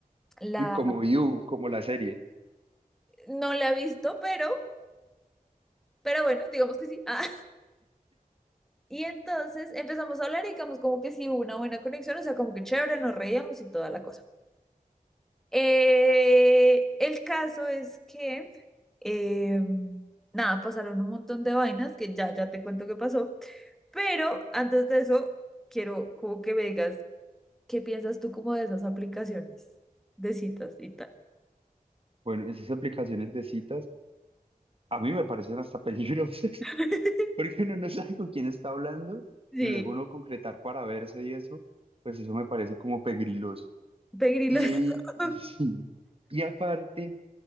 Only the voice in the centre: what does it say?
la,
no la he visto, pero, pero bueno, digamos que sí. <laughs> Ah, Y entonces empezamos a hablar y digamos como que sí hubo una buena conexión, o sea, como que chévere, nos reíamos y toda la cosa. Eh, el caso es que, eh, nada, pasaron un montón de vainas que ya, ya te cuento qué pasó, pero antes de eso, quiero como que me digas, ¿qué piensas tú como de esas aplicaciones de citas y tal?
<laughs>
Sí,
pegrilos.
<laughs>